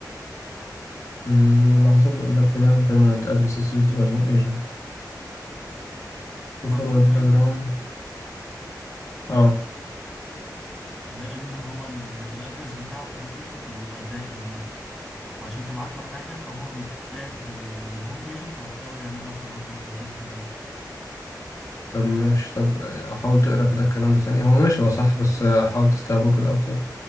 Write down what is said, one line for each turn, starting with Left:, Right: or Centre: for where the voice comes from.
Left: مم، لحظة بيقول لك هنا بيرمننت ادرس is used by home agent to
Centre: مظبوط
Left: forward the
Centre: ايوه
Left: telegram اه
Centre: لان هو الادرس بتاعه في الهوم ايجنت بيبقى دائم يعني وعشان تبعت له حاجة فهو بيتبعت لل... للهوم ايجنت وبعد كده هو بيعمل لها فورورد بقى للفيزيتد نتورك
Left: طب ماشي طب حاول تقرا كده الكلام ده ثاني هو ماشي هو صح بس حاول تستوعبه كده اكتر